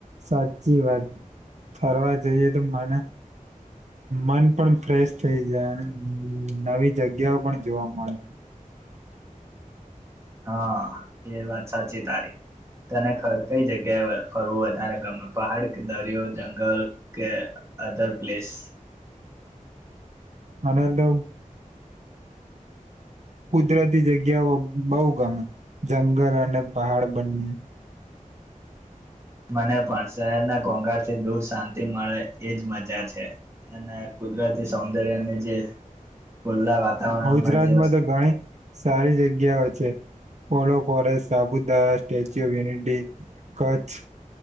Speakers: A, on the right; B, on the right.
A: સારું. સાચી વાત, ફરવા જઈએ તો મને મન પણ ફ્રેશ થઈ જાય અને નવી જગ્યાઓ પણ જોવા મળે.
B: હા, એ વાત સાચી. તારી તને કઈ જગ્યાએ ફરવું વધારે ગમે- પહાડ કે દરિયો જંગલ કે અધર પ્લેસ?
A: અને તો કુદરતી જગ્યાઓ બહુ ગમે-જંગલ અને પહાડ બંને.
B: મને પણ શહેરના ઘોઘાટ થી દૂર શાંતિ મળે-એ જ મજા છે અને કુદરત. તે સૌંદર્યાને જે ખુલ્લા વાતાવરણમાં
A: ગુજરાતમાં
B: જે
A: તો ઘણી સારી જગ્યા ગયા છે ઓલો forest, Saputara, Statue of Unity, Kutch.